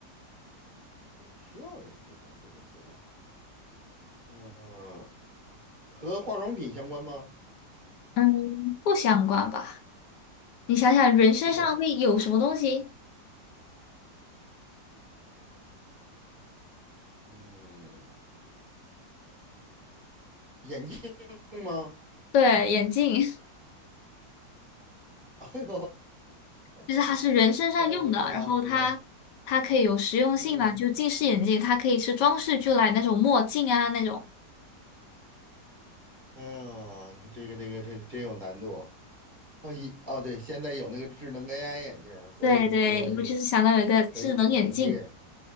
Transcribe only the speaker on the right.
需要的人经常随身携带。嗯、和化妆品相关吗？
不相关。嗯，眼镜吗？
<laughs> 哎呦，
<laughs> 好家伙！
嗯，
哎呦，这个这个这真有难度。哦，一哦，对，现在有那个智能 AI 眼镜儿所以你说这个
可以充电